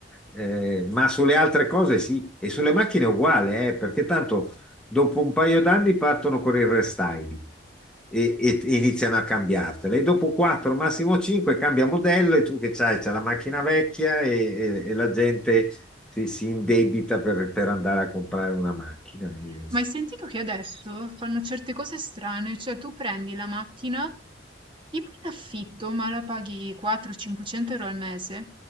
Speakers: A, in the centre; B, on the right.
A: Eh, ma sulle altre cose sì, e sulle macchine è uguale, eh, perché tanto dopo un paio d'anni partono con il restyling e, e- e iniziano a cambiartele. E dopo 4, massimo 5, cambia modello e tu che c'hai, c'è la macchina vecchia e, e- e la gente si, si indebita per, per andare a comprare una macchina. E-
B: Ma hai sentito che adesso fanno certe cose strane? Cioè tu prendi la macchina tipo in affitto, ma la paghi 400-500 euro al mese.